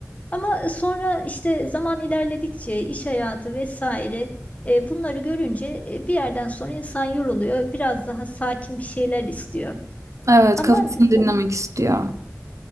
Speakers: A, on the left; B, on the right.
A: Ama e, sonra işte zaman ilerledikçe iş hayatı vesaire e, bunları görünce e, bir yerden sonra insan yoruluyor. Biraz daha sakin bir şeyler istiyor.
B: Evet,
A: Ama
B: kafasını
A: e,
B: dinlemek
A: u-
B: istiyor.